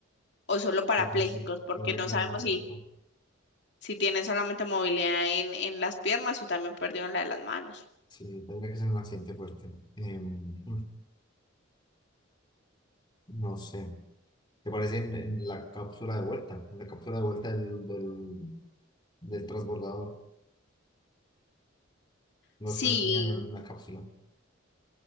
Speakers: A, on the left; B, on the left.
A: o solo parapléjicos,
B: Es un accidente,
A: porque
B: Tendría
A: no
B: que ser
A: sabemos
B: un accidente
A: si,
B: fuerte.
A: si tienen solamente movilidad en, en las piernas o también perdieron la de las manos.
B: Sí, tendría que ser un accidente fuerte. Em, no sé. ¿Te parece en, en la cápsula de vuelta? En la cápsula de vuelta del, del, del transbordador. Los
A: Sí,
B: tres venían en una cápsula,